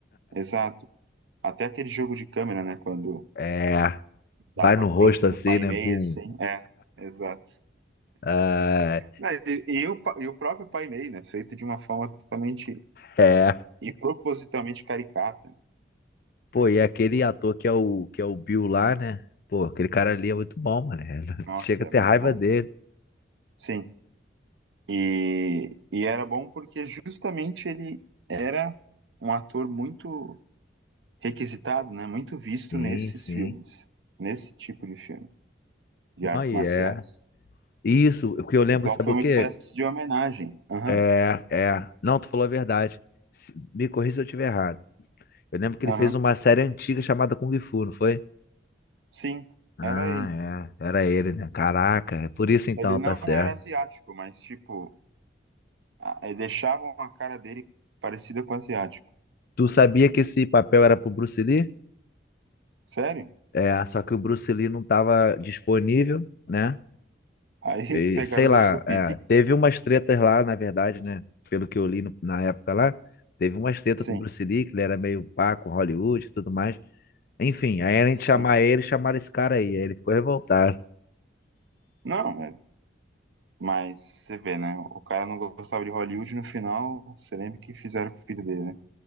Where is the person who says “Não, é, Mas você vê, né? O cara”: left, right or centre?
Right